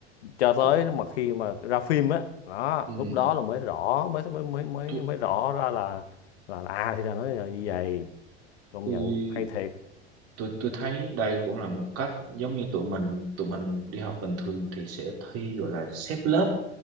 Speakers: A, on the left; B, on the right.
A: cho tới
B: Tôi,
A: lúc mà khi mà ra phim á đó
B: ừ.
A: lúc đó là mới rõ mới mới mới mới
B: Tôi,
A: mới rõ ra là là, là à thì ra nó là như vậy công
B: tôi
A: nhận hay thiệt
B: tôi tôi thấy đây cũng là một cách giống như tụi mình tụi mình đi học bình thường thì sẽ thi gọi là xếp lớp